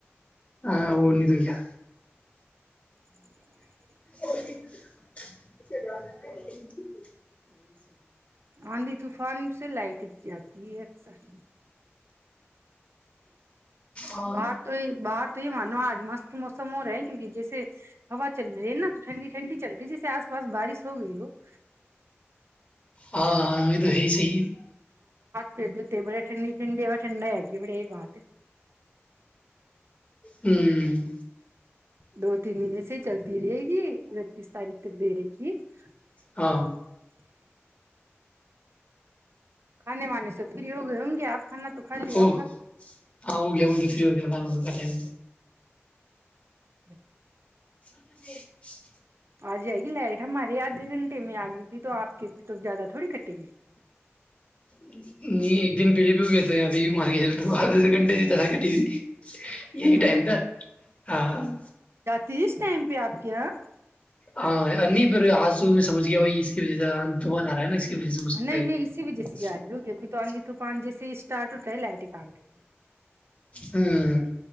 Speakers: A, on the left; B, on the right.
A: ہاں وہ تو <unintelligible> ج <inaudible> <unintelligible>
B: ج <inaudible> <unintelligible>
A: ا <inaudible> <unintelligible> <inaudible> <unintelligible>
B: آندھی طوفان سے لائٹ جاتی ہے اثر <unintelligible>
A: ہاں
B: باہر تو ہی باہر تو ہی مار <unintelligible> ن آج م <unintelligible> موسم ہو رہا ہے کیونکہ جیسے ہوا چل رہی نا تو ٹھنڈی ٹنڈی چل رہی جیس آس <unintelligible> بس بارش ہو گئی ہو <unintelligible>
A: ہاںاں یہ تو ہےی صحی <unintelligible>
B: پھر جتے بڑے ٹنڈ ٹنڈی ہے ٹھنڈ ہے گ بڑےی بات <unintelligible>
A: ہوں
B: دو تین دن سے <unintelligible> چلتی رہے گی اتیس تاریخ تک دے رےھی <unintelligible>
A: ہاں
B: کھے وانے سے فری ہو گئے ہوں گے آپ کھانا تو <unintelligible>
A: او
B: ہوگا
A: ہاں ہو گیا م <unintelligible> ای کاان کاٹے <unintelligible>
B: <inaudible> <unintelligible>
A: <inaudible> <unintelligible>
B: آ جائے گی لائٹ ہمارے آدھے گھنٹے میں آ گئی تھی تو آپ کے پ تو زیادہ تھوڑی کٹے گی <unintelligible>
A: نہیں ایک دن <unintelligible> پیلی بھی ہو گتے ہیں ابھی مارک کے چل تو آدھےس گنٹے جاکے <unintelligible> ی یہی
B: ہاں
A: ٹائم د ہاں <unintelligible>
B: تس ٹائم پہ آپ کے یہاں <unintelligible>
A: ہاں ا نہیں پھر آسو میں سمجھ گیا وہی <unintelligible> اس کی وجہ سے د آ رہا ہے نا اس کی وجہ سے ہو سکتا
B: نہیں
A: ہے
B: نہیں
A: یہ <unintelligible>
B: اسی وجہ سے جا رہی ہوگی ابھی تو طو پان جیس <unintelligible> اسٹارٹ ہوٹتا ہے لائٹ ہی کاٹ دیتے <unintelligible>
A: ہوں <unintelligible>